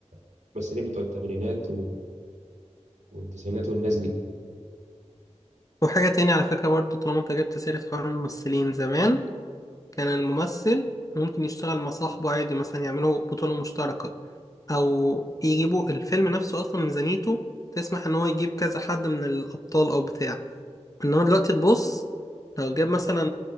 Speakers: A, on the right (about 85°); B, on the left (about 30°).
A: الممثلين بتوع الثمانينات و- والتسعينات والناس دي
B: وحاجة تانية على فكرة برضه طالما أنت جبت سيرة حوار الممثلين زمان كان الممثل ممكن يشتغل مع صاحبه عادي مثلا يعملوا بطولة مشتركة او يجيبوا الفيلم نفسه اصلا ميزانيته تسمح ان هو يجيب كذا حد من الابطال او بتاع انما دلوقتي تبص لو جاب مثلا